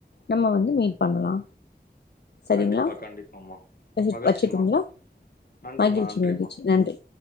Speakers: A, on the left (about 85°); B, on the left (about 65°).
A: நம்ம வந்து மீட் பண்ணலா சரிங்களா
B: கண்டிப்பா கண்டிப்பமா
A: வச்
B: மகிழ்ச்சிமா
A: வச்சுட்டுங்களா
B: நன்றிமா
A: மகிழ்ச்சி
B: நன்றிமா
A: மகிழ்ச்சி நன்றி